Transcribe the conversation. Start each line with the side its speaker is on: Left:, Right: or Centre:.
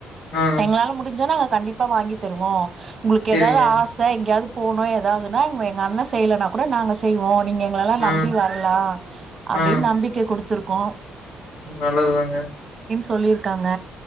Left: ஆ
Right: எங்களால முடிஞ்சா நாங்க கண்டிப்பா வாங்கி தருவோ உங்களுக்கு
Left: சேரிங்க
Right: எதாது ஆச எங்கேயாது போனு எதாதுன்னா எங்க அண்ண செய்யலனா கூட நாங்க செய்வோ நீங்க எங்கெல்லா
Left: ஆ
Right: நம்பி வரலா அப்பிடின்
Left: ஆ
Right: நம்பிக்க குடுத்து கோ
Left: நல்லதுதாங்க
Right: சொல்லியிருக்காங்க